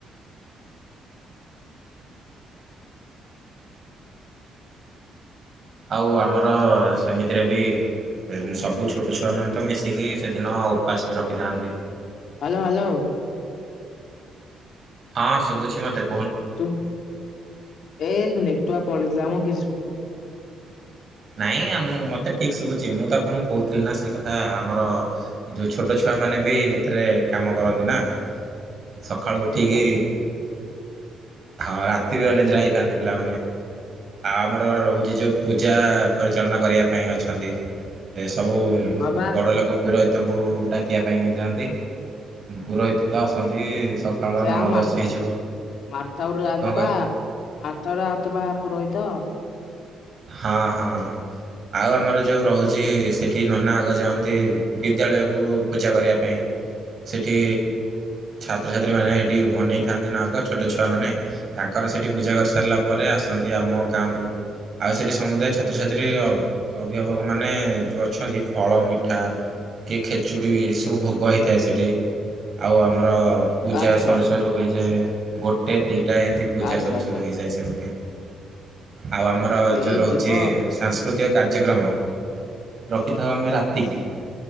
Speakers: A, on the right (about 50°); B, on the left (about 70°).
A: ଆଉ ଆମର ସେମିତିରେ ବି। ସବୁ ଛୋଟ ଛୁଆମାନେ ତ ମିଶିକି ସେଦିନ ଉପାସ ବି ରଖିଥାନ୍ତି।
B: Hello hello.
A: ହଁ ଶୁଭୁଛି ମତେ।
B: ଶୁଭୁ ଏ ନେଟୱର୍କ ପଳେଇଥିଲା ଆମ କିଛି ଶୁଣୁନି।
A: ନାଇଁ ଆ ମତେ ଠିକ୍ ଶୁଭୁଛି ମୁଁ ତ ଆପଣଙ୍କୁ କହୁଥିଲି ନା ସେ କଥା ଆମର। ଯୋଉଁ ଛୋଟ ଛୁଆମାନେ ବି ଏଥିରେ କାମ କରନ୍ତି ନା। ସକାଳୁ ଉଠିକି
B: ଓହୋ
A: ହଁ ରାତି ବି ଅନିଦ୍ରା ହେଇ। ଥାନ୍ତି ପିଲାମାନେ ଆଉ ଆମର ରହୁଛି ଯୋଉ ପୂଜା। ପରିଚାଳନା କରିବା ପାଇଁ ଅଛନ୍ତି ସବୁ
B: ହଁ ବା
A: ବଡ଼ ଲୋକ। ପୁରୋହିତଙ୍କୁ ଡାକିବା ପାଇଁ ଯାଆନ୍ତି ପୁରୋହିତ ତ ଆସନ୍ତି। ସକାଳ
B: ସେ
A: ନଅ
B: ଆ ମାରତା
A: ଦଶ ହେଇଯିବ
B: ମାରତାଉର ରାନ୍ଦବା।
A: କଣ କହ
B: ମାରତା ରୁ ଆନ୍ତି ବା ପୁରୋହିତ।
A: ହଁ ହଁ। ଆଉ ଆମର ଯୋଉଁ ରହୁଛି ସେଠି ନନା ଆଗ ଯାଆନ୍ତି ବିଦ୍ୟାଳୟକୁ ପୂଜା କରିବା ପାଇଁ। ସେଠି ଛାତ୍ରଛାତ୍ରୀ ମାନେ ସେଠି ଅନେଇଥାନ୍ତି ଆଗ ଛୋଟ ଛୁଆମାନେ। ତାଙ୍କର ସେଠି ପୂଜା କରିସାରିଲା ପରେ ଆସନ୍ତି ଆମ ଗାଁକୁ। ଆଉ ସେଇଠି ସମୁଦାୟ ଛାତ୍ରଛାତ୍ରୀ ଅଭିଭାବକମାନେ ଯୋଉ ଅଛନ୍ତି ଫଳ ମିଠା କିଏ ଖେଚୁଡ଼ି ସବୁ ଭୋଗ ହେଇଥାଏ ସେଠି ଆଉ ଆମର ପୂଜା
B: ଆଚ୍ଛା
A: ସରୁ ସରୁ ହୋଇଯାଏ ଗୋଟେ ଦିଇଟା ଏମିତି ପୂଜା
B: ଆଚ୍ଛା
A: ସରୁ
B: ଆଚ୍ଛା
A: ସରୁ ହେଇଯାଏ ସେମିତି। ଆଉ ଆମର ଯୋଉ
B: ଏ
A: ରହୁଛି
B: ଯିବ
A: ସାସ୍ କୃତିକ କାର୍ଯ୍ୟକ୍ରମ ରଖିଥାଉ ଆମେ ରାତିକି।